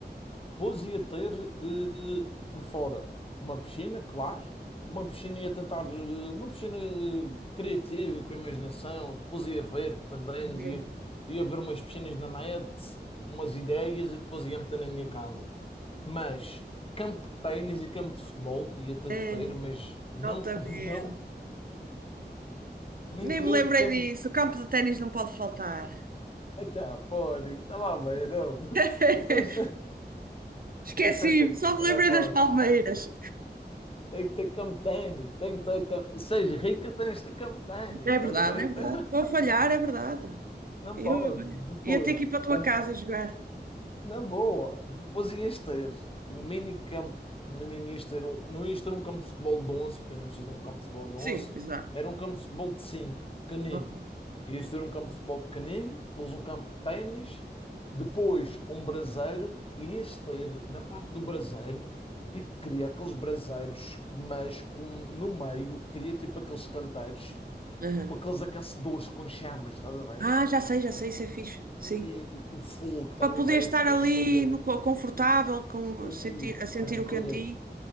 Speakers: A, on the left; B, on the right.
A: Pois ia ter eh, por fora uma piscina, claro. Uma piscina ia tentar, eh, uma piscina eh, criativa, com imaginação. Depois ia ver, dependendo,
B: ok.
A: ia, ia ver umas piscinas na net, umas ideias e depois ia meter na minha casa. Mas campo de ténis e campo de futebol ia ter,
B: Ei,
A: de ter, mas não,
B: altamente.
A: <laughs> não, não
B: Nem
A: queria
B: me lembrei
A: um campo.
B: disso. O campo de ténis não pode faltar.
A: Até, Fónix, estava a ver, homem.
B: <laughs>
A: Tu tens, <laughs>
B: Esqueci-me,
A: tens tanta guita,
B: só me lembrei
A: não é, pá?
B: das palmeiras.
A: Tem que ter campo de ténis, tem que ter. cam- Seis rica, tens de ter campo de ténis,
B: É
A: estás
B: verdade,
A: a ver?
B: é verdade.
A: <laughs> Pá,
B: Estou a falhar, é verdade.
A: Não
B: Eu,
A: pode,
B: eu
A: depois.
B: ia ter que ir para a tua
A: com-
B: casa jogar.
A: na boa, depois ias ter um mini campo, não ias ter um, não ias ter um campo de futebol de 11 porque eu não preciso de um campo de futebol de
B: Sim,
A: onze
B: exato.
A: era um campo de futebol de 5, pequenino.
B: Ok.
A: Ias ter um campo de futebol pequenino, depois um campo de ténis, depois um braseiro, e ias ter na parte do braseiro, e queria aqueles braseiros, mas com, no meio, queria tipo aqueles canteiros,
B: Aham.
A: com aqueles aquecedores com chamas, estás a ver?
B: Ah, já sei, já sei, isso é fixe. Sim.
A: E com fogo, estás
B: Para
A: a
B: poder
A: ver?
B: estar
A: País
B: ali
A: para o Brasil.
B: no, co- confortável, com,
A: Ui,
B: sentir, a sentir
A: tranquilo.
B: o cantinho,